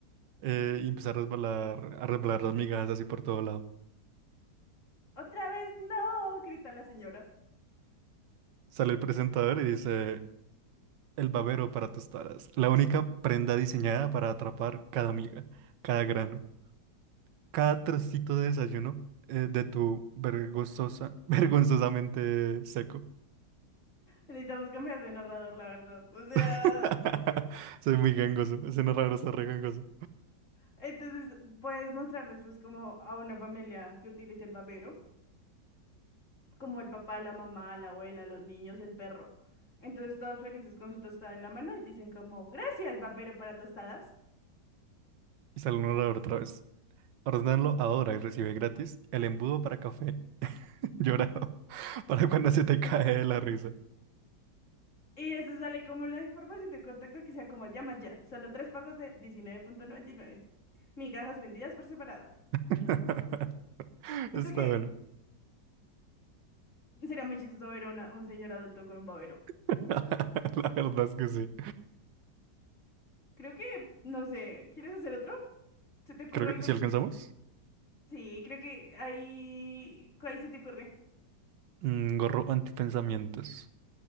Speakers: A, on the right; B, on the left.
A: eh, y empieza a resbalar, a resbalar las migajas así por todo lado.
B: Otra vez no, grita la señora.
A: Sale el presentador y dice, el babero para tostadas, la única prenda diseñada para atrapar cada miga, cada grano, cada trocito de desayuno eh, de tu vergonzosa, <laughs> vergonzosamente seco.
B: Necesitamos cambiar de narrador, la verdad. O sea...
A: <laughs> Soy muy gangoso, ese narrador está re gangoso.
B: Entonces, puedes mostrarles pues como a una familia que utilice el babero, como el papá, la mamá, la abuela, los niños, el perro. Entonces, todos felices con su tostada en la mano y dicen como, gracias, babero para tostadas.
A: Y sale un narrador otra vez. Ordenarlo ahora y recibe gratis el embudo para café <laughs> llorado, para cuando se te cae de la risa.
B: Y eso sale como la información de contacto que sea como llama ya, solo tres pagos de 19.99. Migajas vendidas por separado.
A: <laughs>
B: Siento
A: Está
B: que
A: bueno.
B: sería muy chistoso ver a una- un señor adulto con un babero.
A: <laughs> La verdad es que sí.
B: Creo que, no sé, ¿quieres hacer otro? ¿Se te ocurre
A: Creo
B: algún...?
A: que si alcanzamos.
B: Sí, creo que ahí... ¿Cuál se te ocurre?
A: Mm, gorro antipensamientos.